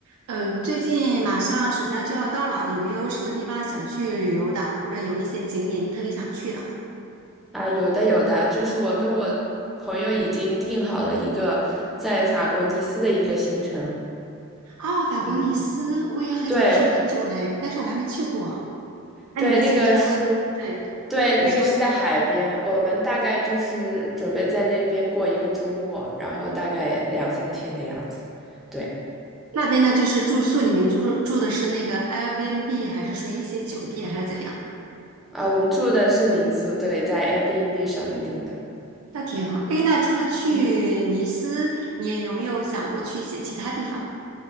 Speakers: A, on the right (about 85°); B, in the centre.
A: 嗯，最近马上暑假就要到了，有没有什么地方想去旅游的，或者有一些景点特别想去的？
B: 啊，有的有的，就是我跟我朋友已经定好了一个在法国尼斯的一个行程。
A: 哦，法国尼斯，
B: 嗯，
A: 我也很想去很久嘞，
B: 对
A: 但是我还没去过。那你们行程，
B: 对，那个是，
A: 对，
B: 对，那个是在海边，
A: 你说
B: 我们大概就是准备在那边过一个周末，然后大概两三天的样子。对，
A: 那边呢，就是住宿，你们住的住的是那个 Airbnb，还是属于一些酒店，还是怎样？
B: 啊，我们住的是民宿，对，在 Airbnb 上面订的。
A: 那挺好。哎，那除了去尼斯，
B: 嗯
A: 你有没有想过去一些其他地方？